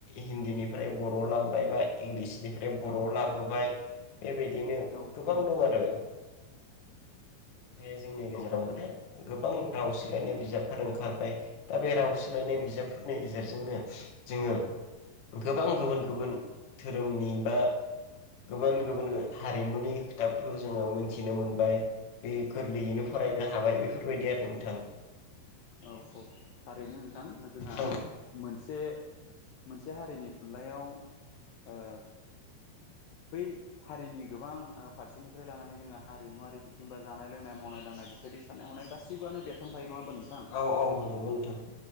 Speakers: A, on the left; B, on the left.
A: हिन्दी निफ्राय बर' लाबोबाय बा इंलिस निफ्राय बर'आव
B: औ
A: लाबोबाय ए बेदिनो
B: औ
A: गोबां दं आरो। जे जोंनि गेजेराव
B: औ
A: माने गोबां राव सोलायनाय बिजाबफोर ओंखारबाय दा बे राव सोलायनाय
B: औ
A: बिजाबफोरनि गेजे जेर जोंनो जोङो गोबां गुबुन गुबुन धोरोमनि बा गुबुन गुबुन हारिमुनि खोथाबफोरखौ जोङो मोनथिनो मोनबाय। बे गोरलैयैनो फरायनो हाबाय बेफोरबायदि आरो नोंथां।
B: औ औ थारैनो नोंथां जोंहा
A: औ
B: मोनसे मोनसे हारिनि थुनलाइयाव ओ बै हारिनि गोबां ओ फारसेनिफ्राय लानानै जोङा हारिमुवारि बिथिं बा जानाय लोंनाय मावनाय दांनाय <unintelligible> साननाय हनाय गासिबोआनो बेरखांफायो नङा होमबा नोंथां
A: औ औ नंगौ नोंथां